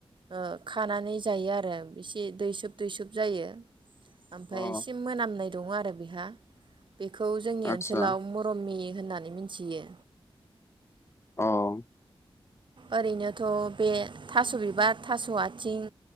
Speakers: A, on the right; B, on the left.
A: ओ खानानै जायो आरो इसे दै सोब दुइसब जायो ओमफ्राय
B: अ
A: इसे मोनामनाय दङ आरो बेहा बेखौ जोंनि
B: आतसा
A: ओनसोलाव मरमि होननानै मिथियो
B: औ
A: ओरैनोथ बे थास बिबार थास आथिं